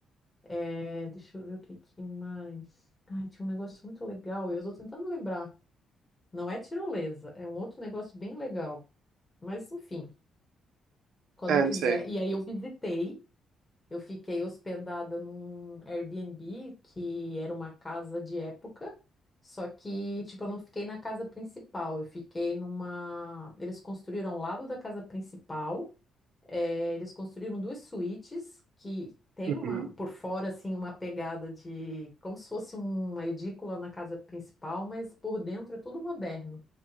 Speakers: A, on the left; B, on the right.
A: Eh, deixa eu ver o que, que mais. Ai, tinha um negócio muito legal, eu estou tentando lembrar. Não é tirolesa, é um outro negócio bem legal. Mas enfim. Quando
B: é,
A: quiser.
B: não sei.
A: E aí eu visitei, eu fiquei hospedada num Airbnb que era uma casa de época, só que, tipo, eu não fiquei na casa principal, eu fiquei numa. Eles construíram ao lado da casa principal, eh, eles construíram duas suítes que tem
B: Uhum.
A: uma, por fora, assim, uma pegada de. como se fosse uma edícula na casa principal, mas por dentro é tudo moderno.